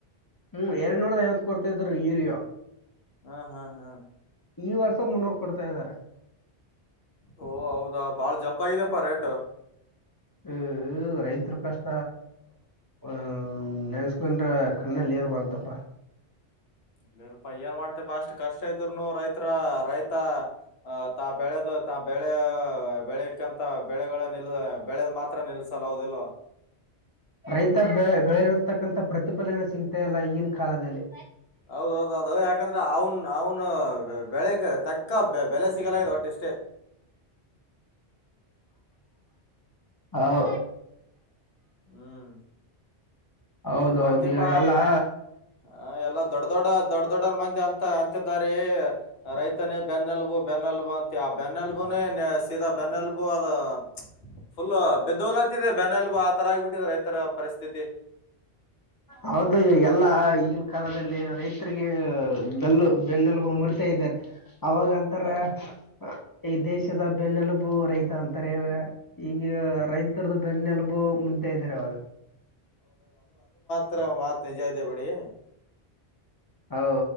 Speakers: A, on the left (about 25°); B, on the left (about 65°).
A: ಹ್ಮ್ ಎರಡ್ನೂರದ ಐವತ್ತು ಕೊಡ್ತ ಇದ್ರರು ಯೂರಿಯೋ.
B: ಹಾ ಹಾ ಹಾ
A: ಈ ವರ್ಷ ಮುನ್ನೂರು ಕೊಡ್ತಾ ಇದ್ದಾರೆ
B: ಓ ಹೌದಾ ಬಾಳ ಜಂಪ್ ಆಗಿದೆಪ್ಪ ರೇಟ್?
A: ಹ ರೈತರು ಕಷ್ಟ ಆ ನೆನ್ಸ್ಕೊಂಡ್ರ ಕಣ್ಣಲ್ಲಿ ಬರುತ್ತಪ್ಪ.
B: ಇಲ್ಲಿರಪ್ಪಾ ಏನ್ ಮಾಡ್ತಪ ಅಷ್ಟ್ ಕಷ್ಟ ಇದ್ರುನು ರೈತ್ರ ರೈತ ಅ ತಾ ಬೆಳೆದ ತಾ ಬೆಳೆ ಬೆಳಿಕನ್ ಬೆಳೆಗಳ ನಿಲದ ಬೆಳೆದ್ ಮಾತ್ರ ನಿಲ್ಸಲ್ ಹೌದಿಲ್ಲೋ.
A: ರೈತ ಬೆ ಬೆಳೆರತಕ್ಕಂತ ಪ್ರತಿಫಲನೆ ಸಿಗ್ತಲ್ಲ ಈಗಿನ ಕಾಲದಲ್ಲಿ.
B: ಹೌದೌದು ಅದು ಯಾಕಂದ್ರೆ ಅವ್ನ್ ಅವನು ಬೆಳಗೆ ತಕ್ಕ ಬೆ ಬೆಲೆ ಸಿಗಲ ಇದ್ ಒಟ್ಟ ಇಷ್ಟೇ.
A: ಹೌ
B: ಹ್ಮ್
A: ಹೌದೌದು
B: ಏನ್ ಮಾಡ್ತೀಪ
A: ಇವಾಗೆಲ್ಲಾ
B: ಆ, ಎಲ್ಲ ದೊಡ್ಡ ದೊಡ್ಡ ದೊಡ್ಡ ದೊಡ್ಡರ್ ಮಂದಿ ಅಂತ ಅಂತ್ತಿದ್ದಾರಿ ರೈತನೇ ಬೆನ್ನೆಲ್ಬು ಬೆನ್ನೆಲ್ಬು ಅಂತಿ ಆ ಬೆನ್ನೆಲ್ಬುನೇ ಸೀದಾ ಬೆನ್ನೆಲ್ಬು ಅದ ಫುಲ್ ಬಿದ್ದೋಲತ್ತಿದೆ ಬೆನ್ನೆಲ್ಬು ಆ ತರ ಆಗ್ಬಿಟ್ಟಿದೆ ರೈತರ ಪರಿಸ್ಥಿತಿ.
A: ಹೌದು ಎಲ್ಲ ಈಗಿನ ಕಾಲದಲ್ಲಿ ರೈತರಿಗೆ ಬೆಲ್ಲು ಬೆನ್ನೆಲ್ಬು ಮುರಿತ ಇದ್ದಾರೆ. ಅವಾಗ ಅಂತಾರೆ
B: ಆ,
A: ಅ ಈ ದೇಶದ ಬೆನ್ನೆಲುಬು ರೈತ ಅಂತಾರೆ ಈಗ ರೈತರದ ಬೆನ್ನೆಲು ಬು ಮುಂತ ಇದ್ದಾರೆ ಅವಾ
B: ತ್ರ ಮಾತ್ ನಿಜ ಇದೆ ಬಿಡಿ.
A: ಹೌ